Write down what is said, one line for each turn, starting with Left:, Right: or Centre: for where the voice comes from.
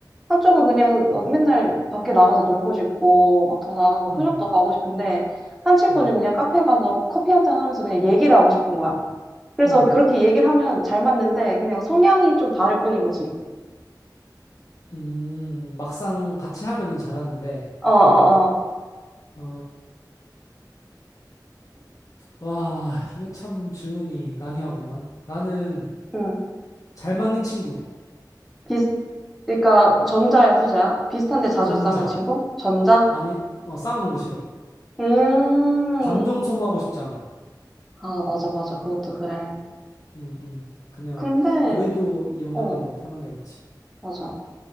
Centre: 한쪽은 그냥 막 맨날 밖에 나가서 놀고 싶고, 막 더 나가서 막
Left: 음,
Centre: 클럽도 가고 싶은데, 한 친구는
Left: 음,
Centre: 그냥 카페 가서 커피 한 잔 하면서 그냥 얘기를 하고 싶은 거야. 그래서
Left: 음,
Centre: 그렇게 얘기를 하면 잘 맞는데, 그냥 성향이 좀 다를 뿐인 거지.
Left: 음, 막상 같이 하면은 잘하는데,
Centre: 어, 어, 어.
Left: 아, 와, 이거 참 질문이 난해하구만. 나는
Centre: 음
Left: 잘 맞는 친구.
Centre: 비슷, 그러니까 전자야, 후자야? 비슷한데 자주
Left: 전자.
Centre: 싸우는 친구? 전자?
Left: 아니, 어, 싸우는 거 싫어.
Centre: 음.
Left: 감정 소모하고 싶지 않아.
Centre: 아, 맞아, 맞아. 그것도 그래.
Left: 음, 음. 그냥,
Centre: 근데,
Left: 그래도 이 형
Centre: 어,
Left: 만나는 거 편한 게 낫지.
Centre: 맞아.